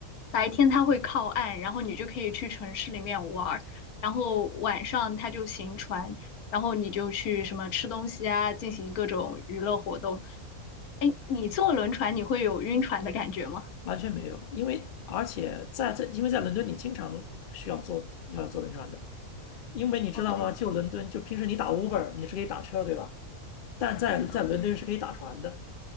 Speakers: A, on the left; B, on the left.
A: 白天它会靠岸，然后你就可以去城市里面玩儿，然后晚上它就行船，然后你就去什么吃东西啊，进行各种娱乐活动。哎，你坐轮船你会有晕船的感觉吗？
B: 完全没有，因为而且在这，因为在伦敦你经常需要坐要坐轮船的，因为你知道吗？
A: 哦，对，你们
B: 就伦敦，就平时你打 Uber 你是可以打车，对吧？但在在伦敦是可以打船的。
A: 对，